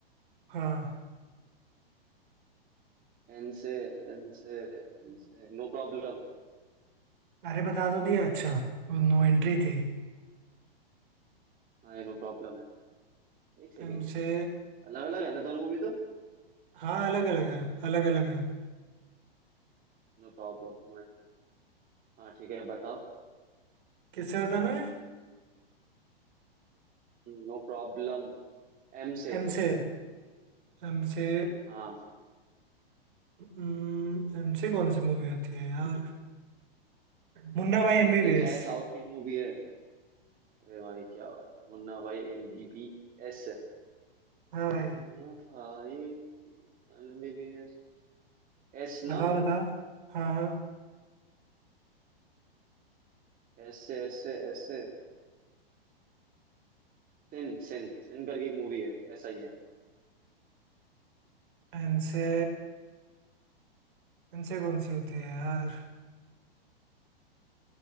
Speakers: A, on the right; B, on the right.
A: हाँ
B: एन से एन से एन से नो प्रॉब्लम
A: अरे बता तो दिया अच्छा वो नो एंट्री थी
B: हाँ ये नो प्रॉब्लम है एक सेकेंड
A: एम से
B: अलग अलग है ना दोनों मूवी तो
A: हाँ अलग अलग है अलग अलग है
B: No problem no entry हाँ ठीक है बताओ
A: किससे बताना है
B: No problem एम से
A: एम से एम से
B: हाँ
A: एम से कौन सी मूवी होती है यार मुन्ना भाई
B: अ,
A: एमबीबीएस
B: एक है साउथ की मूवी है अरे भाई क्या बात है मुन्ना भाई एम बी बी एस
A: हाँ भाई
B: Munna Bhai M B B S S ना
A: बताओ बताओ हाँ हाँ
B: S S S Sin sin sin करके एक मूवी है ऐसा ही है
A: इनसे इनसे कौन सी होती है यार